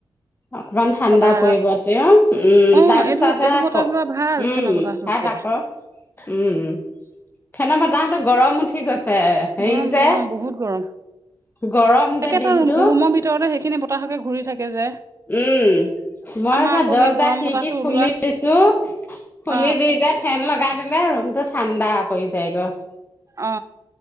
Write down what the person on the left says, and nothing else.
অকমান ঠাণ্ডা
পৰিব তেও, উম
তাৰ পিছত
হে
আকৌ
উম,
হিয়াত আকৌ উম, ফেনৰ বতাহটো গৰম উঠি গৈছে হেৰি
যে
গৰম যে
দিনটো
উম, মই
যে
দৰ্জা
খিৰিকি
খুলি
দিছো খুলি
দি এতিয়া ফেন লগাই দিলে ৰুমটো ঠাণ্ডা পৰি যায়গৈ